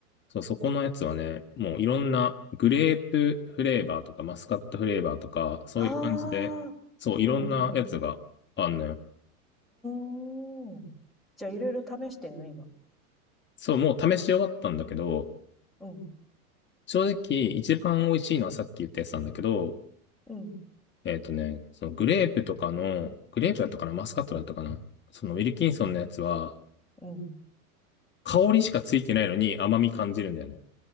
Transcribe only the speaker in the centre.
ああ、
うん、うん。うーん。じゃあ、いろいろ試してんの、今。
うん、
うん、
うん。